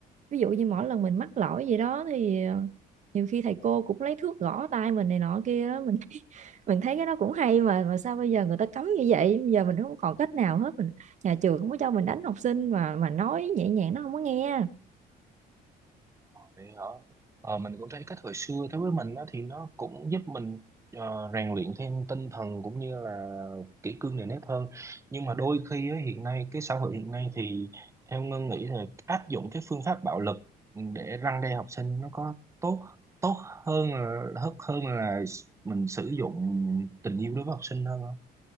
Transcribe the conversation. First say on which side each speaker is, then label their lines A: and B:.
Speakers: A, on the right; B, on the right.
A: ví dụ như mỗi lần mình mắc lỗi gì đó thì ờ, nhiều khi thầy cô cũng lấy thước gõ tay mình này nọ kia á. mình <laughs> mình thấy cái đó cũng hay mà mà sao bây giờ người ta cấm như vậy bây giờ mình không còn cách nào hết mình nhà trường không có cho mình đánh học sinh mà mà nói nhẹ nhàng nó không có nghe
B: Vậy hả? Ờ, mình cũng thấy cách hồi xưa đối với mình đó, thì nó cũng giúp mình ờ, rèn luyện thêm tinh thần cũng như là kỷ cương nề nếp hơn. Nhưng mà đôi khi á, hiện nay cái xã hội hiện nay thì theo Ngân nghĩ là áp dụng cái phương pháp bạo lực để răn đe học sinh nó có tốt tốt hơn là hơn hơn là mình sử dụng tình yêu đối với học sinh hơn không?